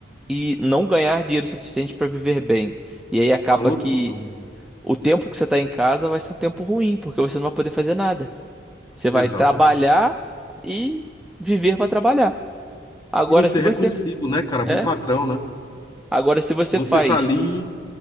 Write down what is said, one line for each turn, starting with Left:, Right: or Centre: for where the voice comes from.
Centre: e não ganhar dinheiro suficiente para viver bem. E aí acaba
Left: Falou
Centre: que
Left: tudo, mano.
Centre: o tempo que você tá em casa vai ser um tempo ruim, porque você não vai poder fazer nada. Você vai
Left: Exatamente.
Centre: trabalhar e viver para trabalhar. Agora,
Left: e não ser
Centre: se você
Left: reconhecido, né, cara,
Centre: é,
Left: por patrão, né?
Centre: agora se você
Left: Você
Centre: faz,
Left: tá ali,